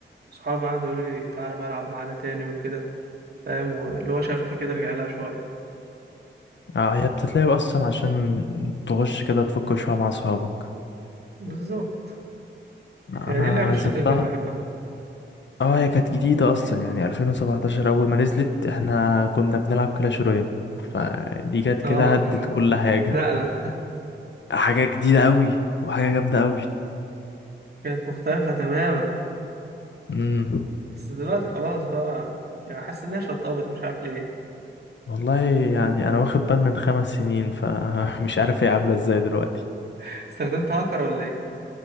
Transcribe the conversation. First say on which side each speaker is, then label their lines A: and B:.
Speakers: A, on the right; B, on the left.
A: صحابي بقى قعدوا يقولوا لي تعالى بقى العب معانا تاني وكده فاهم واللي هو شغفي كده رجع لها شوية
B: اه هي بتتلعب اصلا عشان تخش كده تفك شوية مع اصحابك
A: بالظبط يعني
B: انا
A: دي اللعبة الشوتنج
B: سبتها
A: اللي بحبها
B: اه هي كانت جديدة اصلا يعني 2017 اول ما نزلت احنا كنا بنلعب كلاش رويال فدي جت كده
A: اه
B: هدت كل حاجة
A: نقلة
B: حاجة جديدة قوي وحاجة جامدة
A: كانت مختلفة تماما
B: قوي
A: بس دلوقتي خلاص بقى يعني حاسس انها شطبت مش عارف ليه
B: والله يعني انا واخد بال من خمس سنين فمش <laughs> عارف هي عامله ازاي دلوقتي
A: <laughs> استخدمت هاكر ولا ايه